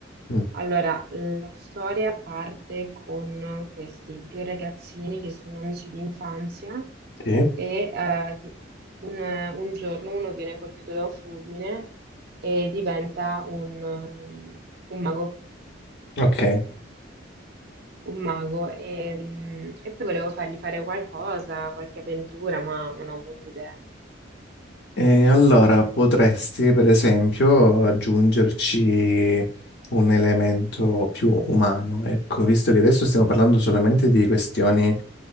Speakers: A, on the left; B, on the right.
A: Mm,
B: Allora, la storia parte con questi due ragazzini che sono amici di infanzia
A: sì,
B: e eh, di- un, un giorno uno viene colpito da un fulmine e diventa un, um, un mago
A: ok.
B: un mago e, mm, e poi volevo fargli fare qualcosa, qualche avventura, ma non ho molte idee.
A: E allora potresti, per esempio, aggiungerci un elemento più umano, ecco, visto che adesso stiamo parlando solamente di questioni